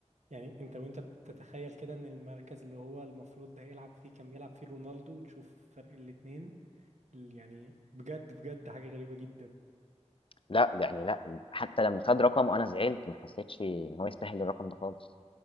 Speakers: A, on the right; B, on the left.
A: يعني انت وانت بتتخيل كده ان المركز اللي هو المفروض هيلعب فيه كان بيلعب فيه رونالدو تشوف فرق الاتنين ال- يعني بجد بجد حاجة غريبة جدا
B: لأ، ده يعني لأ، حتى لمّا خَد رقم وأنا زعلت، ما حسيتش إن هو يستاهل الرقم ده خالص.